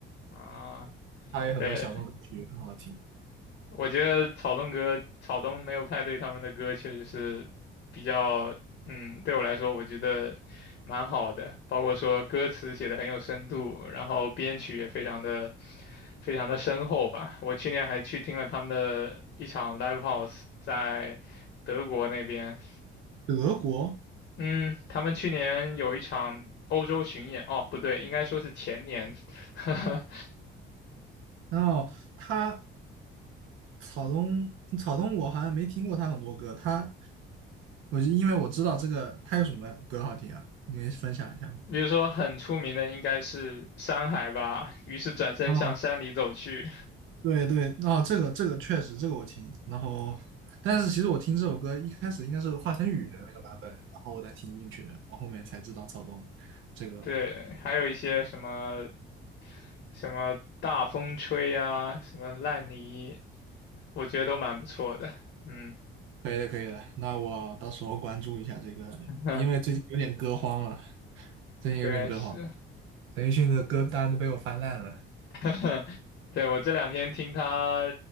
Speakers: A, on the left; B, on the right.
A: <laughs> 啊，
B: 他有很多小众歌曲很好听。
A: 对，我觉得草东哥、草东没有派对他们的歌确实是比较，嗯，对我来说我觉得蛮好的，包括说歌词写的很有深度，然后编曲也非常的非常的深厚吧。我去年还去听了他们的一场 live house，在德国那边，
B: 德国
A: 嗯，他们去年有一场欧洲巡演，哦，不对，应该说是前年，<laughs> 哈哈。
B: 然后他草东草东我好像没听过他很多歌，他我就因为我知道这个他有什么歌好听啊，你可以分享一下吗？
A: 比如说很出名的应该是山海吧，于是转身向山里走去。
B: 哦，对对，哦，这个这个确实这个我听，然后但是其实我听这首歌一开始应该是华晨宇的那个版本，然后我才听进去的，然后后面才知道草东这个。
A: 对，还有一些什么什么大风吹啊，什么烂泥，我觉得都蛮不错的。嗯，
B: 可以的，可以的。那我到时候关注一下这个，
A: <laughs> 哼，
B: 因为最近有点歌荒了，最近有点歌荒，
A: 对是，
B: 陈奕迅的歌单都被我翻烂了。
A: <laughs> 对我这两天听他